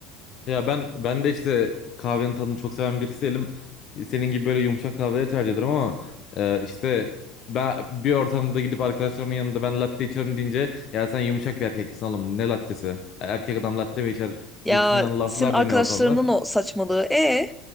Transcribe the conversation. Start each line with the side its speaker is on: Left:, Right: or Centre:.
Left: Ya ben ben de işte kahvenin tadını çok seven birisiyim. Senin gibi böyle yumuşak kahveleri tercih ederim ama e, işte ben bir ortamda gidip arkadaşlarımın yanında ben latte içiyorum deyince ya sen yumuşak bir erkeksin oğlum ne lattesi? Erkek adam latte mi içer
Centre: Ya
Left: gibisinden laflar
Centre: senin arkadaşlarının
Left: dönüyor ortamda.
Centre: o saçmalığı. E